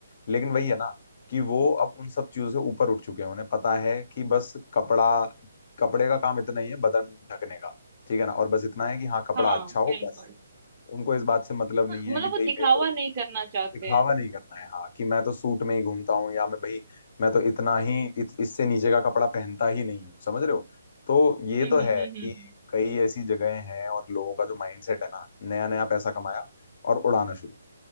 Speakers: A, on the left; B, on the right.
A: लेकिन वही है ना कि वो
B: हम्म,
A: अब उन सब चीजों से ऊपर उठ चुके हैं उन्हें पता है कि बस कपड़ा कपड़े का काम इतना ही है बदन ढकने का ठीक है ना और बस इतना है कि हाँ कपड़ा
B: हाँ
A: अच्छा
B: बिल्कुल
A: हो बस उनको इस बात से मतलब नहीं
B: हाँ,
A: है
B: मतलब
A: कि भाई
B: वो दिखावा
A: मेरे को
B: नहीं करना चाहते
A: दिखावा
B: हैं
A: नहीं करना है हाँ कि मैं तो सूट में ही घूमता हूँ या मैं भाई मैं तो इतना ही इत, इससे नीचे का कपड़ा पहनता ही नहीं हूँ समझ रहे हो तो ये
B: हम्म
A: तो
B: हम्म
A: है
B: हम्म
A: कि कई ऐसी जगहें हैं और लोगों का जो माइंडसेट है ना नया नया पैसा कमाया और उड़ाना शुरू